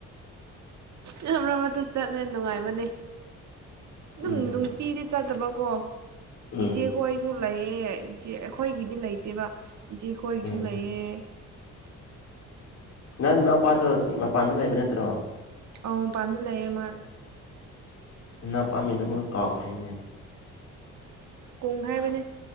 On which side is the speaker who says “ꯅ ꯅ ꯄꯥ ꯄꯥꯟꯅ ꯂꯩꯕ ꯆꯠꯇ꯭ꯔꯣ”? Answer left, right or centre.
Left